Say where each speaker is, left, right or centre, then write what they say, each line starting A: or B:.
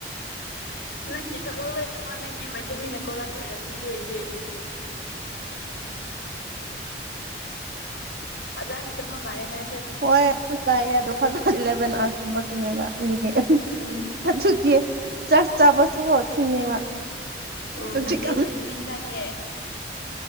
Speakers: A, on the left; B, on the right.
A: ꯅꯪꯒꯤ ꯊꯕꯛ ꯂꯩꯅꯃꯛꯣ ꯅꯪꯒꯤ ꯃꯩꯇꯩꯃꯤꯟꯅ ꯀꯣꯂꯥꯏ ꯑꯣꯏꯔꯝꯃꯤꯗꯨ ꯑꯣꯏꯗꯤ ꯐꯖꯅꯠꯇꯨꯃ ꯃꯔꯦꯅ
B: ꯍꯣꯏ ꯌꯥꯝ ꯆꯥꯏꯌꯦ ꯑꯗꯣ ꯐꯖ ꯏꯂꯦꯚꯦꯟ ꯑꯋꯥꯔꯁꯀꯨꯝꯕ ꯆꯨꯝꯃꯦꯕ ꯑꯗꯨꯒꯤ
A: ꯎꯝ
B: ꯑꯗꯨꯒꯤ ꯆꯔ ꯆꯥꯕꯁꯨꯐꯥꯎ ꯊꯤꯡꯉꯦꯕ
A: ꯑꯣ
B: ꯍꯧꯖꯤꯛꯀꯥꯟ
A: ꯅꯪ ꯀꯔꯤꯕꯩꯇ ꯃꯤꯟꯖꯒꯦ